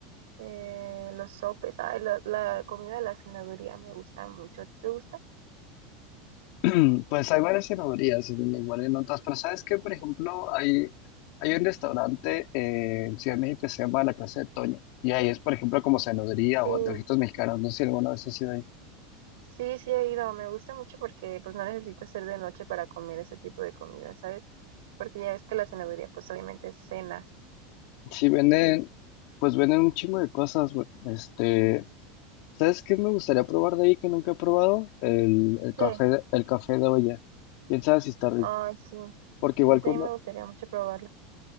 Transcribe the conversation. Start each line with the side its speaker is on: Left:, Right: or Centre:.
Right: eh, los sopes, ay, la, la comida de la cenaduría me gusta mucho. ¿A ti ¿Te gusta?
Left: <clears throat> Pues hay varias cenadurías, igual en otras, pero ¿sabes qué? Por ejemplo, hay, hay un restaurante eh, en Ciudad de México que se llama La Casa de Toño, y ahí es, por ejemplo, como cenaduría
Right: Sí.
Left: o antojitos mexicanos, no sé si alguna vez has ido ahí.
Right: Sí, sí he ido, me gusta mucho porque pues no necesito hacer de noche para comer ese tipo de comida, ¿sabes? Porque ya ves que la cenaduría pues obviamente es cena.
Left: Sí venden, pues venden un chingo de cosas, güey, este... ¿Sabes qué me gustaría probar de ahí que nunca he probado? El, el café
Right: Sí,
Left: de, el café de olla. ¿Quién sabe si está rico?
Right: ay sí, a
Left: Porque igual
Right: mí también
Left: cono-
Right: me gustaría mucho probarla.